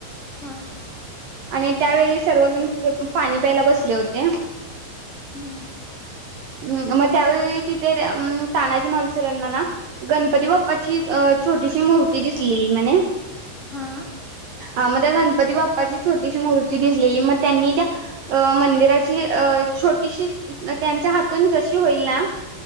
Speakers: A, on the left (about 30°); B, on the right (about 65°).
A: हां
B: आणि त्यावेळी सर्वजण तिथे पाणी प्यायला बसले होते.
A: हम्
B: हम् म त्यावेळी तिथे त अम् तानाजी मालुसरेंना ना, गणपती बाप्पाची अ छोटीशी मूर्ती दिसलेली म्हणे.
A: हां
B: आ मन् त्या गणपती बाप्पाची छोटीशी मूर्ती दिसलेली, म त्यांनी त्या अ मंदिराची अ छोटीशी त्यांच्या हातून जशी होईल ना